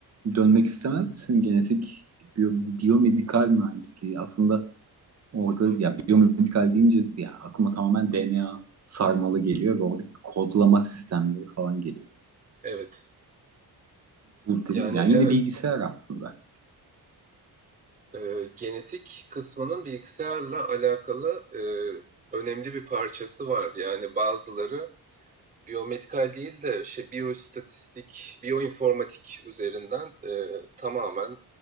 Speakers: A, on the right (about 40°); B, on the right (about 20°).
A: dönmek istemez misin? Genetik biyo- biyomedikal mühendisliği. Aslında orada
B: Hı hı.
A: ya biyomedikal deyince ya aklıma tamamen DNA sarmalı geliyor ve orada kodlama sistemleri falan geliyor.
B: Evet.
A: Bu değil
B: Yani
A: mi? Yani
B: evet.
A: yine bilgisayar aslında.
B: e, genetik kısmının bilgisayarla alakalı e, önemli bir parçası var. Yani bazıları biyomedikal değil de şey biyoistatistik, biyoinformatik üzerinden e, tamamen